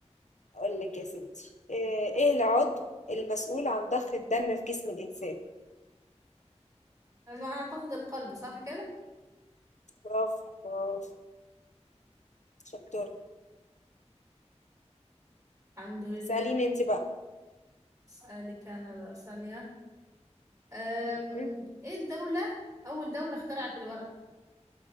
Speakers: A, on the left (about 85°); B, on the right (about 30°).
A: هاقول لِك يا ستي آآ إيه العضو المسؤول عن ضخ الدم في جسم الإنسان؟
B: ما أعتقد القلب صح كده
A: برافو، برافو، شطورة.
B: الحمد لله
A: اسأليني أنتِ بقى.
B: اسألك أنا بقى ثانية أم...
A: اهم،
B: ايه الدولة أول دولة اخترعت الورق